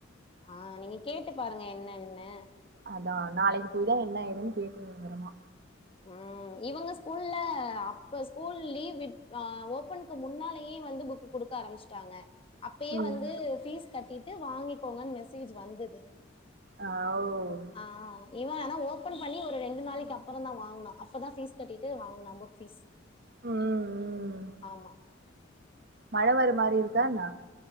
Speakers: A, on the left; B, on the right.
A: ஆ நீங்க கேட்டு பாருங்க என்னன்னு
B: அதா நாளைக்கு போய்தா என்ன ஏதுன் கேக்கனு வெவரமா
A: ம் இவங்க ஸ்கூல்ல அப்ப ஸ்கூல் லீவ் வி அ ஓபன்க்கு முன்னாலேயே வந்து புக் குடுக்க ஆரம்பிச்சிட்டாங்க அப்பயே
B: ம்
A: வந்து ஃபீஸ் கட்டிட்டு வாங்கிக்கோங்கன் மெசேஜ் வந்தது
B: அவு
A: ஆ இவ ஆனா ஓபன் பண்ணி ஒரு ரெண்டு நாளைக்கப் அப்புறந்தா வாங்னா அப்பதா ஃபீஸ் கட்டிட்டு வாங்னா புக் ஃபீஸ்
B: ம் ம்
A: ஆமா
B: மழ வர மாரி இருக்கான்ன